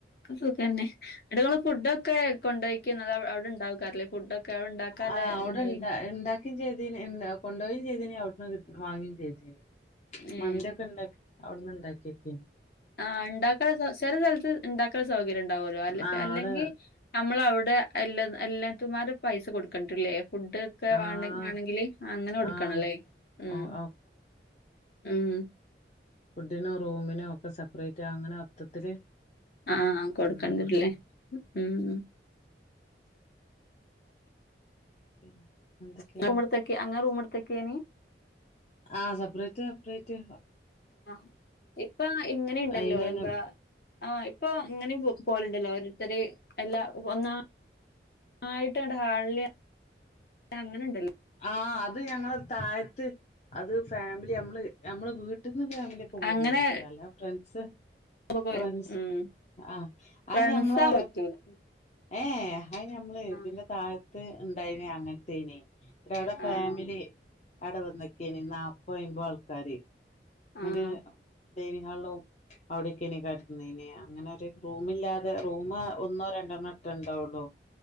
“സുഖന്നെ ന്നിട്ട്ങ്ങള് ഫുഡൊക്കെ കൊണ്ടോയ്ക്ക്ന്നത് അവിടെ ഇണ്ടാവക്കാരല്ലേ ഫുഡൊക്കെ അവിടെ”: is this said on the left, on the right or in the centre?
Left